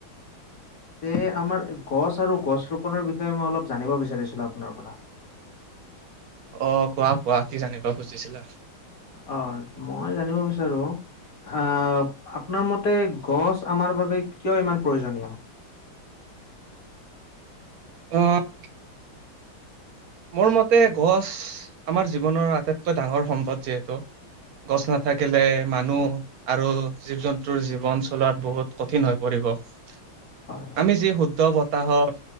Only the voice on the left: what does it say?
এ এ, আমাৰ গছ আৰু গছ ৰোপনৰ বিষয়ে মই অলপ জানিব বিচাৰিছিলো। আপোনাৰ পৰা
অ', মই জানিব বিচাৰো আহ, আপোনাৰ মতে গছ আমাৰ বাবে কিয় ইমান প্ৰয়োজনীয়?
হয়